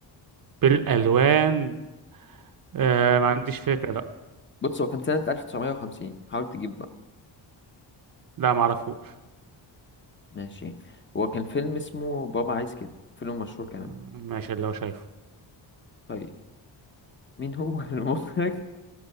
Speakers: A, on the right (about 45°); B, on the left (about 25°).
A: بالالوان آه ما عنديش فكرة لا
B: بص هو كان سنة 1950 حاول تجيب بقى
A: لا ما اعرفوش
B: ماشي هو كان فيلم اسمه بابا عايز كده فيلم مشهور كمان
A: آه، ماشي اللي هو شايفه
B: طيب مين هو <laughs> المخرج